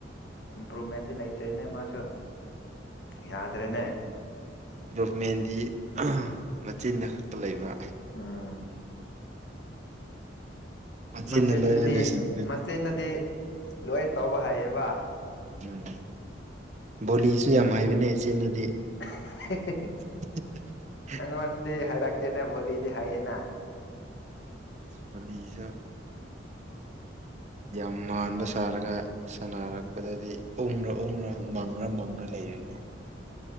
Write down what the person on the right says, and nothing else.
ꯒꯣꯚꯃꯦꯟꯗꯤ ꯃꯆꯤꯟꯗ ꯈꯛꯇ ꯂꯩꯕ
ꯃꯆꯤꯟꯅ
ꯂꯣꯏꯅ ꯂꯣꯏꯁꯤꯟꯈ꯭ꯔꯦ
ꯎꯝ ꯕꯣꯂꯤꯁꯨ ꯌꯥꯝ ꯍꯥꯏꯕꯅꯦ ꯏꯆꯦꯅꯗꯤ
<inaudible>
ꯐꯂꯤꯖ ꯌꯥꯝ ꯃꯥꯟꯕ ꯁꯥꯔꯒ ꯁꯥꯟꯅꯔꯛꯄꯗꯗꯤ ꯎꯪꯔ ꯎꯪꯔ ꯃꯪꯉ꯭ꯔ ꯃꯪꯉ ꯂꯩꯔꯤꯅꯤ